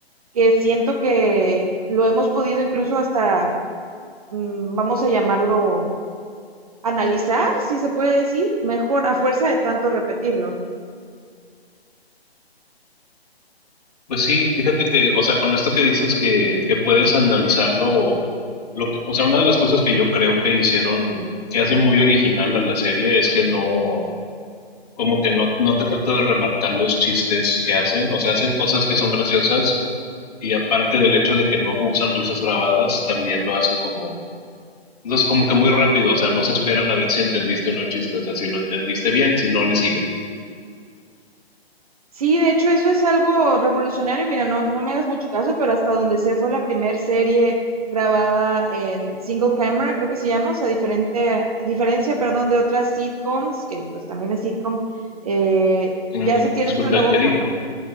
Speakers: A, on the right (about 35°); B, on the left (about 40°).
A: que siento que lo hemos podido incluso hasta, mm, vamos a llamarlo, analizar, si se puede decir, mejor a fuerza de tanto repetirlo.
B: Pues sí, fíjate que, o sea, con esto que dices que, que puedes analizarlo, lo que, o sea, una de las cosas que yo creo que hicieron, que hace muy original a la serie es que no, como que no, no te trata de remarcar los chistes que hacen, o sea, hacen cosas que son graciosas y aparte del hecho de que no usan risas grabadas, también lo hacen como No es como que muy rápido, o sea, no se esperan a ver si entendiste o no el chiste, o sea, si lo entendiste bien, si no, le siguen.
A: Sí, de hecho eso es algo revolucionario. Mira, no, no me hagas mucho caso, pero hasta donde sé fue la primera serie grabada en single camera, creo que se llama, o sea, diferente, diferencia, perdón, de otras sitcoms, que pues también es sitcom, eh,
B: En-
A: ya se tiene
B: disculpa,
A: este nuevo
B: ¿en qué, di-
A: formato.